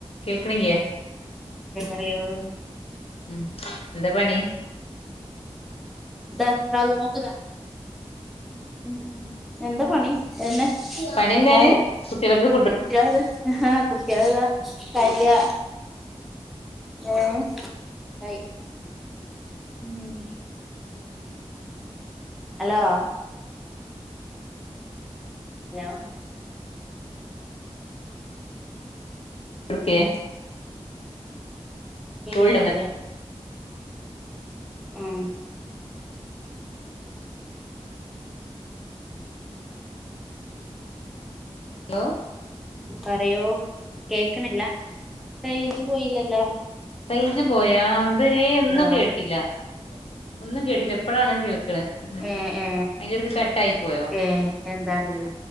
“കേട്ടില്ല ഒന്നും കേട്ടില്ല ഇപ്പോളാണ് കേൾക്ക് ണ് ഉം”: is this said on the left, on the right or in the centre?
Left